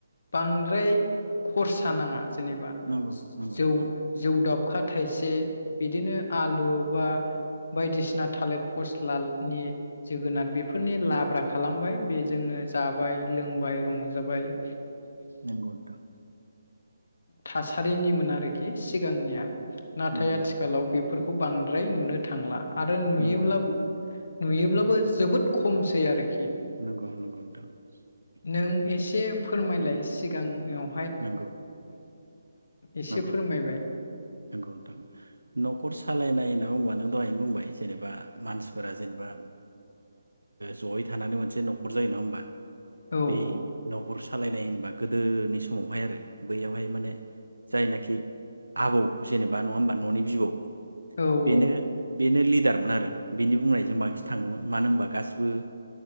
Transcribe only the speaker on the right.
नंगौ नंगौ
नंगौ नोंथां।
नंगौ
नोंथां
नंगौ नोंथां
नोंगौ नोंगौ नोंथां।
नंगौ
नंगौ
नंगौ
नंगौ नोंथां नखर सालायनाय होनना बुंबा नों दहाय बुंबाय जेनेबा मानसिफोरा जेनेबा जयै थानानै मोनसे नखर जायो नङा होमबा?
बे न अर सालायनाय होनबा गोदोनि स माव उनावहाय आरो। बैयावहाय माने जाय नि खि आबौ जेनेबा नङा होमबा ननि बिबौ
बेनो
बेनो लिडारमोन आरो बेनि बुंनायजों बांसिन थाङोमोन मानो होमबा गासिबो